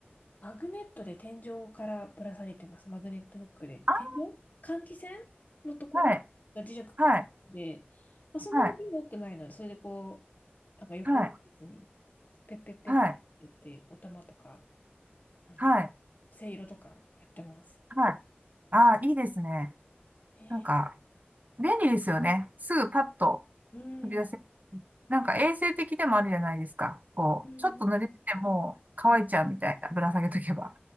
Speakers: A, on the left (about 45°); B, on the right (about 40°).
A: マグネットで天井からぶら下げてます。マグネットフックで。
B: あ、
A: 天井換気扇のところが磁石くっついてて、
B: はい、はい、
A: まあ、そんなに多くないので、
B: はい、
A: それでこう、なんか横一列に、
B: はい、
A: ペッペッペッペッって言って、
B: はい、
A: お玉とか、あの、
B: はい、
A: せいろとかやってます。
B: はい。ああ、いいですね。
A: ね
B: なんか、便利ですよね。すぐパッと
A: えうん。
B: 飛び出せ、
A: うん
B: なんか衛生的でもあるじゃないですか。こう、
A: うん
B: ちょっと濡れてても乾いちゃうみたいな、
A: うん
B: ぶら下げとけば。